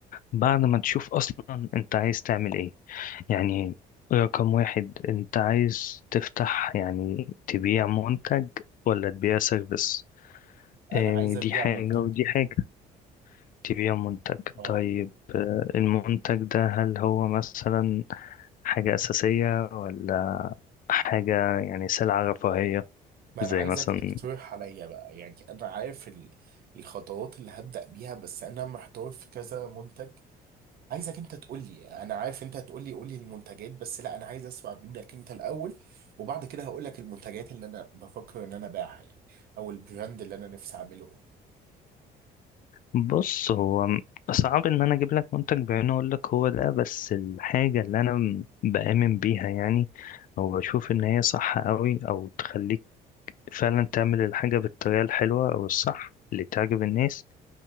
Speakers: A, on the left (about 55°); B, on the right (about 65°).
A: بعد ما تشوف اصلا انت عايز تعمل ايه يعني رقم واحد انت عايز تفتح يعني تبيع منتج ولا تبيع سيرفيس
B: انا
A: آه،
B: عايز ابيع
A: دي حاجة
B: منتج
A: ودي حاجة تبيع منتج
B: اه
A: طيب آه، المنتج ده هل هو مثلا حاجة أساسية ولا حاجة يعني سلعة رفاهية
B: ما
A: زي
B: انا عايزك
A: مثلا
B: تقترح عليا بقى يعني انا عارف ال- الخطوات اللي هبدأ بيها بس انا محتار في كذا منتج عايزك انت تقول لي انا عارف انت تقول لي قول لي المنتجات بس لا انا عايز اسمع منك انت الاول وبعد كده هقول لك المنتجات اللي انا بفكر ان انا ابيعها يعني او البراند اللي انا نفسي اعمله ايه
A: بص هو صعب إن أنا أجيب لك منتج بعينه أقول لك هو ده بس الحاجة اللي أنا م- بآمن بيها يعني أو بشوف إن هي صح أوي أو تخليك فعلا تعمل الحاجة بالطريقة الحلوة أو الصح اللي تعجب الناس